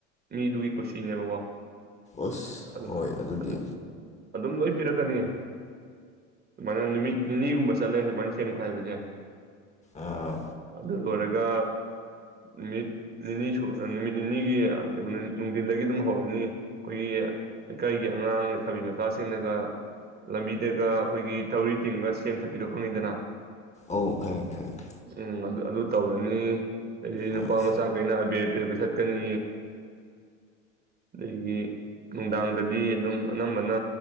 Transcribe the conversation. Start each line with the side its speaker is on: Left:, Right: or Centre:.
Right: ꯃꯤ ꯇꯨꯒꯤ ꯈꯨꯁꯤꯅꯦ ꯕꯕꯥ
Left: ꯑꯁ
Right: ꯑꯗꯨ
Left: ꯍꯣꯏ ꯑꯗꯨꯗꯤ
Right: ꯑꯗꯨꯝ ꯑꯗꯨꯝ ꯂꯣꯏ ꯄꯤꯔꯛꯀꯅꯤ ꯑꯗꯨꯨꯃꯥꯏꯅ ꯅꯨꯃꯤꯠ ꯅꯤꯅꯤꯒꯨꯝꯕ ꯆꯠꯂꯦ ꯁꯨꯃꯥꯏꯅ ꯁꯦꯝꯈꯥꯏꯕꯁꯦ
Left: ꯑꯥ
Right: ꯑꯗꯨꯗ ꯍꯔ ꯑꯗꯨꯒ ꯅꯨꯃꯤꯠ ꯅꯤꯅꯤ ꯁ ꯅꯨꯃꯤꯠ ꯅꯤꯅꯤꯒꯤ ꯀꯩꯒꯣ ꯅꯨꯡꯊꯜꯗꯒꯤ ꯑꯗꯨꯝ ꯍꯧꯔꯅꯤ ꯑꯩꯈꯣꯏꯒꯤ ꯂꯩꯀꯥꯏꯒꯤ ꯑꯉꯥꯡ ꯂꯩꯁꯥꯕꯤ ꯃꯆꯥꯁꯤꯡꯅꯒ ꯂꯝꯕꯤꯗꯒ ꯑꯩꯈꯣꯏꯒꯤ ꯊꯧꯔꯤ ꯇꯤꯡꯒ ꯁꯦꯝꯊꯠꯄꯤꯗꯣ ꯈꯪꯅꯤꯤꯗꯅ
Left: ꯑꯧ ꯈꯪꯉꯤ ꯈꯪꯉꯤ
Right: ꯎꯝ ꯑꯗꯨ ꯑꯗꯨ ꯇꯧꯔꯅꯤ ꯍꯥꯏꯗꯤ ꯅꯨꯄꯥ
Left: ꯑꯁ
Right: ꯃꯆꯥ ꯀꯩꯅ ꯑꯕꯦꯔꯇ ꯄꯩꯁꯥ ꯀꯅꯤ ꯑꯗꯒꯤ ꯅꯨꯡꯗꯥꯡꯗꯗꯤ ꯑꯗꯨꯝ ꯑꯅꯝꯕꯅ